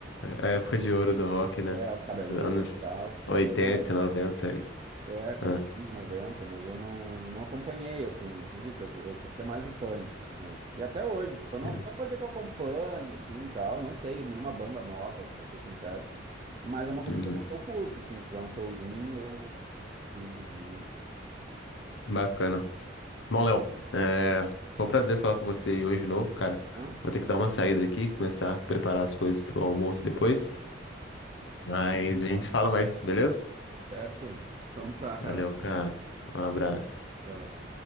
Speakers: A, on the left; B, on the right.
A: é a época de ouro do rock, né?
B: é, os cabeludos
A: Os Anos
B: e tal. Mas
A: 80
B: eu não,
A: 90 aí.
B: É, comecei
A: ah
B: nos 90, mas eu não, não acompanhei, assim. Eu disse, eu, eu curtia mais o punk mesmo. E até hoje, tipo,
A: Sim.
B: eu não, não vou dizer que eu acompanho, assim, e tal. Não sei nenhuma banda nova, pra ser sincero. Mas é uma coisa
A: Uhum.
B: que eu, que eu curto, assim. Se tiver um showzinho, eu pilho de ir.
A: Bacana. Bom, Léo, é... foi um prazer falar com você aí hoje de novo, cara.
B: Hã?
A: Vou ter que dar uma saída aqui, começar a preparar as coisas pro almoço depois.
B: Beleza. Hum,
A: Mas a gente
B: tá.
A: se fala mais, beleza?
B: Certo? Então tá,
A: Valeu,
B: Carol.
A: cara. Um abraço.
B: Tchau.